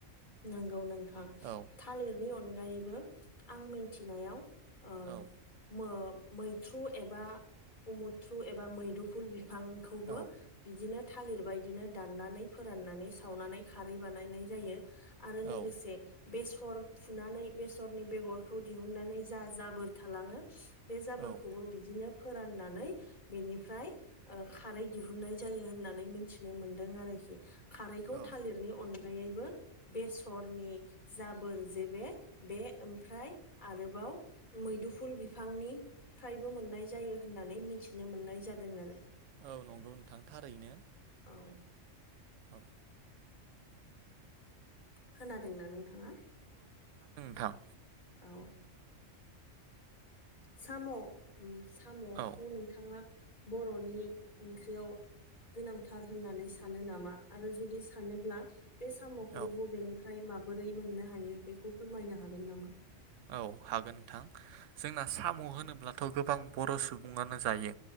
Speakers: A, on the left; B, on the right.
A: नंगौ नोंथां
B: औ
A: थालिरनि अनगायैबो आं मिथिनायाव ओ
B: औ
A: मो मैथ्रु एबा उमुथ्रु एबा मैदुफुल बि फांखौबो
B: औ
A: बिदिनो थालिर बायदिनो दाननानै फोराननानै सावनानै खारै बानायनाय जायो आरो लोगोसे
B: औ
A: बे स सर फुनानै बेसरनि बेगरखौ दिहुननानै जा जाबोर थालाङो बे जाबोरखौबो
B: औ
A: बिदिनो फोराननानै बेनिफ्राय खारै दिहुननाय जायो होननानै मिथिनो मोनदों आरो खारै
B: औ
A: थालिरनि अनगायैबो बेसरनि जाबोर जे बे बे ओमफ्राय आरोबाव मैदुफुल बिफांनि फ्रायबो मोननाय जायो होननानै मि मिथिनो मोननाय जादों आरो
B: औ नंगौ नोंथां थारैनो
A: औ
B: औ
A: खोनादोंना नोंथाङा
B: थां
A: औ साम' ओम साम'खौ
B: औ
A: नोंथाङा बर'नि ओंख्रियाव गोनांथार होननानै सानो नामा आरो जुदि सानोब्ला बे साम'खौ
B: औ
A: बबेनिफ्राय माबोरै मोननो हायो बेखौ फोरमायनो हागोन नामा
B: औ हागोन नोंथां जोंना साम' होनोब्लाथ' गोबां बर' सुबुङानो जायो